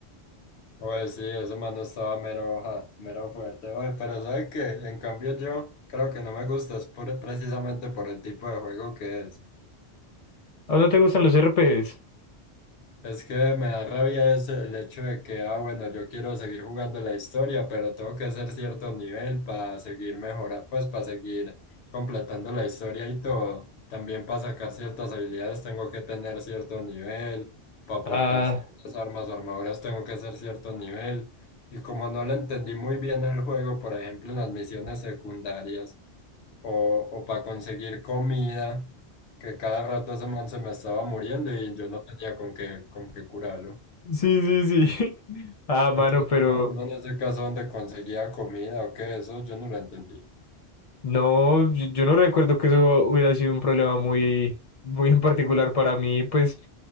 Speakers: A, on the left (about 75°); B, on the left (about 45°).
A: Oye, sí, ese mano estaba mero, ajá, mero fuerte, oye, pero ¿sabe qué? En cambio yo creo que no me gusta, es por- precisamente por el tipo de juego que es.
B: ¿A no te gustan los RPGs?
A: Es que me da rabia es el hecho de que, ah, bueno, yo quiero seguir jugando la historia, pero tengo que hacer cierto nivel para seguir mejorando, pues para seguir completando la historia y todo. También para sacar ciertas habilidades tengo que tener cierto nivel, para portar
B: Ah,
A: ciertas armas o armaduras tengo que hacer cierto nivel. Y como no le entendí muy bien el juego, por ejemplo, en las misiones secundarias o, o para conseguir comida, que cada rato ese man se me estaba muriendo y yo no tenía con qué, con qué curarlo.
B: <laughs> sí, sí, sí. <laughs> Ah, mano,
A: Entonces
B: pero
A: uno, uno en ese caso donde conseguía comida o qué, eso yo no lo entendí.
B: No, yo yo no recuerdo que eso hubiera sido un problema muy, muy en particular para mí, pues,